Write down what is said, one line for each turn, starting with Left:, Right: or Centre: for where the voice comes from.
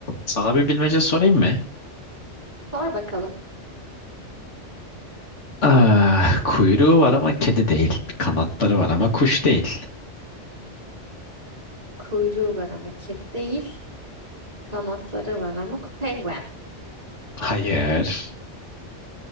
Left: Sana bir bilmece sorayım mı?
Right: Sor bakalım.
Left: Ah, kuyruğu var ama kedi değil. Kanatları var ama kuş değil.
Right: Kuyruğu var ama kedi değil. Kanatları var ama ku- penguen.
Left: Hayır.